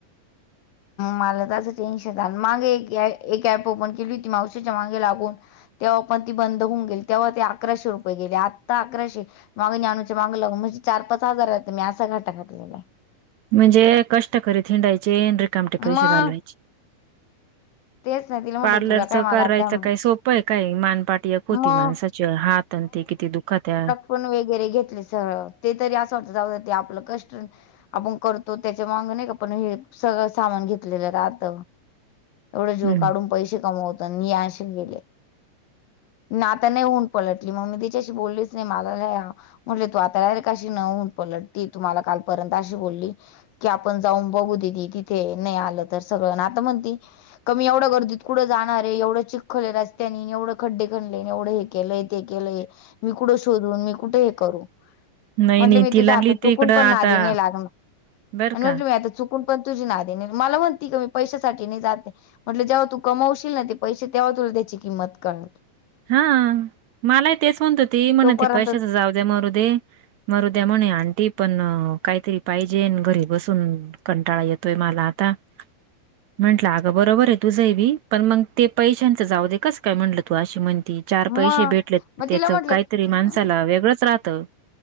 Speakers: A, on the left (about 85°); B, on the right (about 70°).
A: मला त्याच टेन्शन <inaudible> मागे एक एक ऍप ओपन केली होती मावशीच्या मागे लागून तेव्हा पण ती बंद होऊन गेली तेव्हा ते अकराशे रुपये गेले आत्ता अकराशे मागणी आणूच माग लागून म्हणजे चार पाच हजार राह मी असा घाटा घातलेला.
B: म्हणजे कष्ट करीत हिंडायचे आणि रिकामटे पैसे
A: मग
B: घालवायचे.
A: तेच नाही तिला म्हटले
B: पार्लरचं
A: तुला काय मला
B: करायचं
A: आता
B: काय सोप पय काय मानपाट एक होती
A: मग
B: माणसाची हात आणते किती दुखात्या
A: फोन वगैरे घेतले स ते तरी असं वाट जाऊ आपलं कष्ट आपण करतो त्याच्या माग नाही का पण हे सगळं सामान घेतलेलं राहत एवढे जेव
B: हम्म.
A: काढून पैसे कमवतो निआशेच गेले <inaudible> नाही ऊन पलटली मग मी तिच्याशी बोललीच नाही मला ल म्हटलं तू आता यरे कशी न होऊन पलटती तू मला कालपर्यंत अशी बोलली की आपण जाऊन बघू दिदी तिथे नाही आलं तर सगळं ना आता म्हणती क मी एवढं गर्दीत कुठं जाणार आहे एवढं चिक्कल हाय रस्त्यानी एवढं खड्डे खनले एवढं हे केलंय ते केलंय मी कुठं शोधून मी कुठे हे करू
B: नाही
A: म्हटलं
B: नाही
A: मी
B: ती
A: तुझ्या
B: लागली
A: आता चुकून
B: ते इकडं
A: पण
B: आता
A: नादी नई लागणार
B: बर
A: आणि
B: का
A: म्हटलं मी आता चुकून पण तुझी नादी नाही म्हणती क मी पैशासाठी नाही जातय म्हटल जेव्हा तू कमावशील ना ते पैसे तेव्हा तुला त्याची किंमत कळनार
B: हा मलाही तेच म्हणत होती म्हण
A: तोपर्यंत
B: ते पैशाच जाऊ द्या मरू मरुद्या म्हणे आणि ते पण काहीतरी पाहिजे आणि घरी बसून कंटाळा येतोय मला आता म्हटलं अगं बरोबर आहे तू जय बी पण मग ते पैशांचं जाऊ दे कस काय म्हटलं तू अशी म्हणती चार
A: मग
B: पैसे भेटलेत
A: मग
B: त्याच
A: तिला म्हटलं
B: काहीतरी
A: अं,
B: माणसाला वेगळंच राहतं